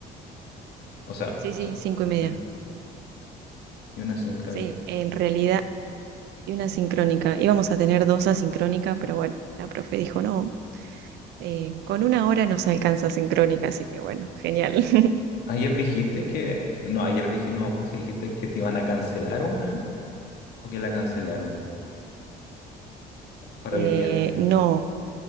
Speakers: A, on the left; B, on the right.
A: O sea,
B: Sí, sí,
A: sí.
B: cinco y media.
A: Mm, Y una sincrónica.
B: Sí, en realidad,
A: Sí.
B: y una sincrónica. Íbamos a tener dos asincrónicas, pero bueno, la profe dijo, no, eh, con una hora nos alcanza sincrónica, así que bueno, genial. <laughs>
A: Ayer dijiste que... No, ayer dijiste, no me acuerdo si dijiste que te iban a cancelar una o que la cancelaron para
B: Eh,
A: hoy día.
B: no,